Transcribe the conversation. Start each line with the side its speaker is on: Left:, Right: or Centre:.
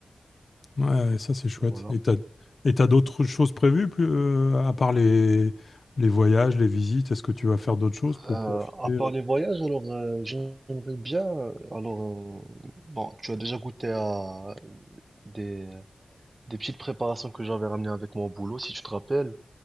Left: ouais, ça c'est chouette.
Right: voilà.
Left: Et t'as, et t'as d'autres choses prévues, plus, euh, à part les, les voyages, les visites, est-ce que tu vas faire d'autres choses pour
Right: Euh,
Left: profiter?
Right: à part les voyages, alors euh, j'aimerais bien. euh, Alors, euh, bon, tu as déjà goûté à des, des petites préparations que j'avais ramenées avec mon boulot, si tu te rappelles.